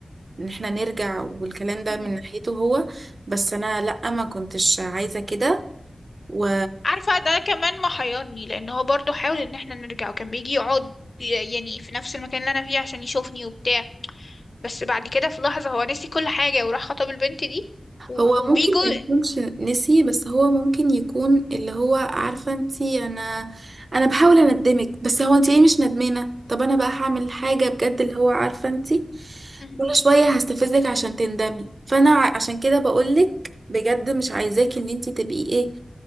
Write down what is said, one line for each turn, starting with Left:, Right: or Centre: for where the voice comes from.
Right: ان احنا نرجع والكلام ده
Left: مهم.
Right: من ناحيته هو بس انا لا ما كنتش عايزة كده و...
Left: عارفة ده كمان محيرني لان هو برضو حاول ان احنا نرجع وكان بيجي يقعد ي- يعني في نفس المكان اللي انا فيه عشان يشوفني وبتاع بس بعد كده في لحظة هو نسي كل حاجة وراح خطب البنت دي و-
Right: هو
Left: وبيجوا
Right: ممكن ما يكونش نسي بس هو ممكن يكون اللي هو عارفة انتي انا انا بحاول اندمك بس هو انتي ليه مش ندمانة طب انا بقى هعمل حاجة بجد اللي هو عارفة انتي
Left: مهم.
Right: كل شوية هستفزك عشان تندمي فانا ع- عشان كده بقولك بجد مش عايزاكي ان انتي تبقي ايه